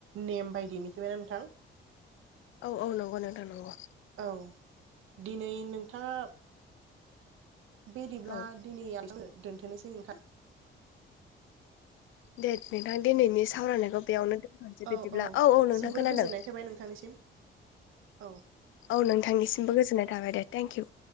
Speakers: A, on the right; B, on the left.
A: नेम बायदि मिथिबायना नोंथां।
B: औ-औ नंगौ नोंथां नंगौ।
A: औ दिनै नोंथाङा बिदिब्ला
B: औ
A: दिनै <unintelligible> दोनथ'नोसै नोंथां।
B: दे नोंथां दिनैनि सावरायनायखौ बेयावनो दोनथ'सै
A: औ
B: बिदिब्ला
A: औ
B: औ-औ नोंथां
A: जोबोर
B: खोनादों।
A: गोजोननाय थाबाय नोंथांनिसिम औ।
B: औ नोंथांनिसिमबो गोजोननाय थाबाय दे थेंक इउ।